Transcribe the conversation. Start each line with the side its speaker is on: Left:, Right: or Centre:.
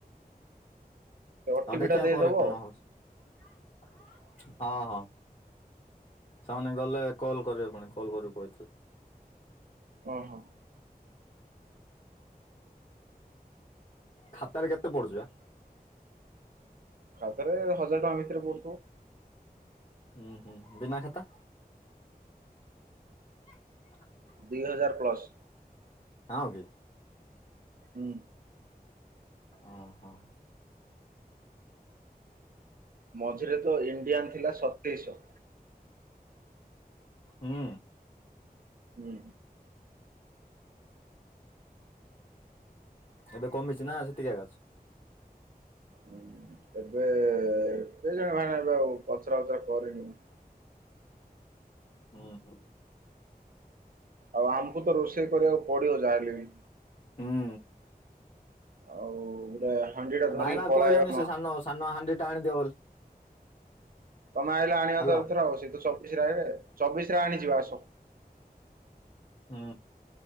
Right: ଓଟିପି
Left: ଆଉ ଦେଖିବା
Right: ଟା ଦେଇଦବ
Left: ପରେ କଣ ହଉଛି ହଁ ହଁ। ସେମାନେ ଗଲେ କଲ୍ କରିବେ ପୁଣି କଲ୍ କରିବାକୁ କହିଥିଲେ
Right: ହ ହୋ।
Left: ଖାତାରେ କେତେ ପଡୁଚି ବା
Right: ଖାତାରେ ହଜାର ଟଙ୍କା ଭିତରେ ପଡୁଥିବ।
Left: ଉଁ ହୁଁ ବିନା ଖାତା <unintelligible>
Right: ଦି ହଜାର ପ୍ଲସ୍।
Left: ହଁ କି।
Right: ହୁଁ।
Left: ଓ ହୋ।
Right: ମଝିରେ ତ ଇଣ୍ଡିଆନ୍ ଥିଲା ସତ ତେଇ ଶ।
Left: ହୁଁ।
Right: ହୁଁ।
Left: ଏବେ କମିଛି ନା ସେତିକି ଏଗା ଅଛି?
Right: ହୁଁ ଏବେ କେଜାଣି ଭାଇନା ଏବେ ଆଉ ପଚରା ଉଚରା କରିନି ମୁଁ।
Left: ହୁଁ ହୁଁ।
Right: ଆଉ ଆମକୁ ତ ରୋଷେଇ କରିବାକୁ ପଡିବ ଯାହାହେଲେ ବି।
Left: ହୁଁ
Right: ଆଉ ଗୋଟେ ହାଣ୍ଡି ଟା ଧରିକି
Left: ଭାଇମା
Right: ପଳାଇବା
Left: କୁ କହିଲନି
Right: ନ
Left: ସେ ସାନ ସାନ ହାଣ୍ଡି ଟା ଆଣିଦିଅ ବୋଲି
Right: ତମେ ଆଇଲେ ଆଣିବା
Left: ହ୍ୟାଲୋ।
Right: ତ ଏଥର ଆଉ ସେ ତ ଚବିଶ ରେ ଆଇବେ ରେ ଚବିଶ ରେ ଆଣିଯିବା ଆସ।
Left: ହୁଁ।